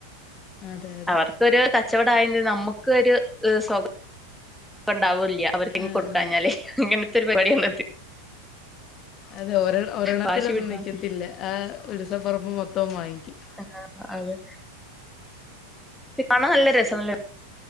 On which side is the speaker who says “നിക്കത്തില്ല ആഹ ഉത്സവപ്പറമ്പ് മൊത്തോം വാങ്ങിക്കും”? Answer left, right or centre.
Left